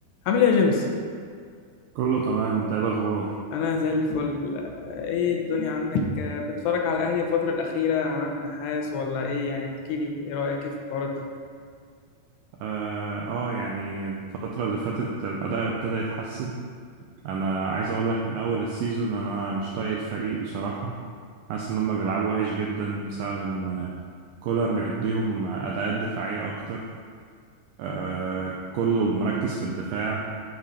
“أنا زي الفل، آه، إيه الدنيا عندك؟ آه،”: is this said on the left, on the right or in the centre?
Left